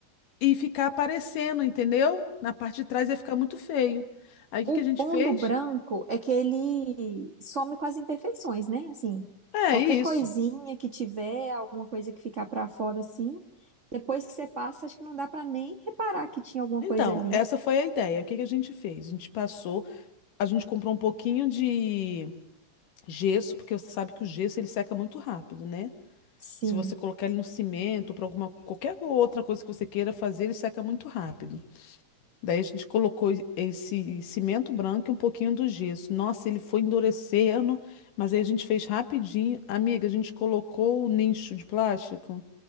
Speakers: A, on the left (about 75°); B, on the right (about 65°).
A: e ficar aparecendo, entendeu? Na parte de trás ia ficar muito feio. Aí o
B: O
A: que que a gente
B: bom
A: fez?
B: do branco é que ele some com as imperfeições, né? Assim,
A: É
B: qualquer
A: isso.
B: coisinha que tiver, alguma coisa que ficar para fora assim, depois que você passa, acho que não dá para nem reparar que tinha alguma
A: Então,
B: coisa ali.
A: essa foi a ideia. O que que a gente fez? A gente passou, a gente comprou um pouquinho de gesso, porque você sabe que o gesso ele seca muito rápido, né?
B: Sim.
A: Se você colocar ele no cimento, para alguma qualquer outra coisa que você queira fazer, ele seca muito rápido. Daí a gente colocou e- esse cimento branco e um pouquinho do gesso. Nossa, ele foi endurecendo, mas aí a gente fez rapidinho. Amiga, a gente colocou o nicho de plástico.